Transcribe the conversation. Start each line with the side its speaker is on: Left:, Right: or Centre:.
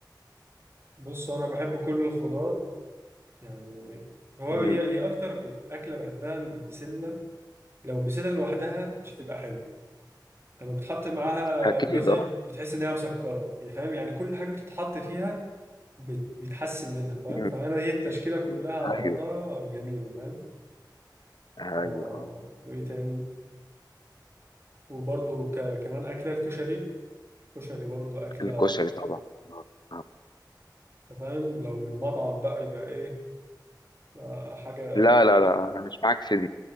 Right: بص انا بحب كل الخضار يعني هو
Left: مم.
Right: هي هي اكتر اكله بحبها البسله لو البسله لوحدها مش هتبقى حلوه لما بتحط معاها
Left: أكيد
Right: جزر
Left: أه
Right: بتحس ان هي مسكره يعني فاهم يعني كل حاجه بتتحط فيها بت- بتحسن منها فاهم
Left: مم.
Right: فانا هي التشكيله كلها على
Left: أيوه
Right: بعضها جميله فاهم
Left: أيوه
Right: آه
Left: آه.
Right: وايه تاني وبرده ك... كمان اكله الكشري كشري برضو اكله
Left: الكشري طبعا آه. آه.
Right: أنت فاهم لو من مطعم بقى يبقى ايه آه، حاجه
Left: لا لا لا أنا مش معاك في دي